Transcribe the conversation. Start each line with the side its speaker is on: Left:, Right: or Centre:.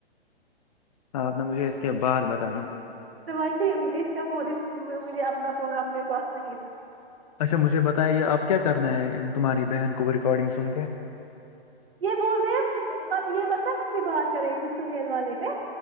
Left: آ آپ نے مجھے اس کے بعد بتانا
Right: سمچ اس کا فون اس مجھے اپنا فون اپنے پاس نہیں تھا <inaudible>
Left: اچھا مجھے بتائیے یہ آپ کیا کرنا ہے تمہاری بہن کو ریکارڈنگ سن کے
Right: یہ بول رہے ہیں یہ متلب اس پہ بات کر رہی تھی سہیل والے پہ